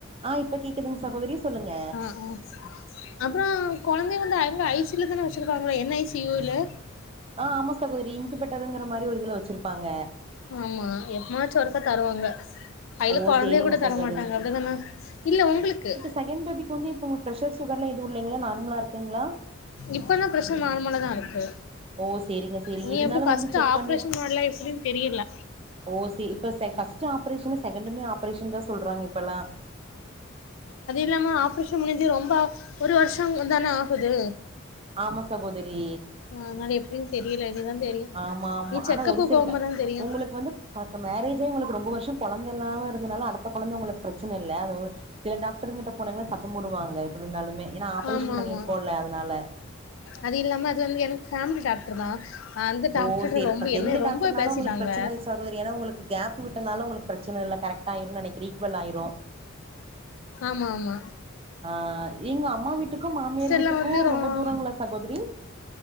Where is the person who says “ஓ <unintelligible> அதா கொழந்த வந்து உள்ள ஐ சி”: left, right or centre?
Left